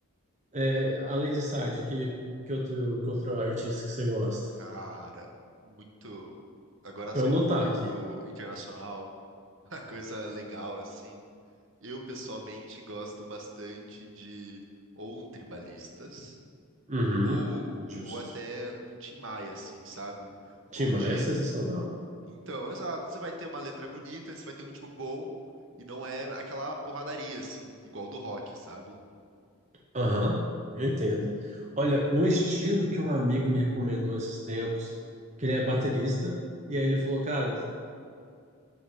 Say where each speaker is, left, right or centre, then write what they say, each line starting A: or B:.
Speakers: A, on the right; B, on the right.
A: É, além de Sade, que, que, outro, que outro artista que você gosta?
B: cara, muito. Agora
A: Pra
B: saindo
A: eu anotar
B: um pouco
A: aqui.
B: do do internacional, <laughs> uma coisa legal, assim. Eu pessoalmente gosto bastante de ou um tribalistas
A: Uhum.
B: ou
A: Justo.
B: ou até um Tim Maia, assim, sabe?
A: Tim
B: Onde,
A: Maia é sensacional.
B: então, exato, você vai ter uma letra bonita, você vai ter um ritmo bom e não é aquela porradaria assim, igual do rock, sabe?
A: Aham, eu entendo. Olha, um estilo que um amigo me recomendou esses tempos, que ele é baterista, e aí ele falou, cara,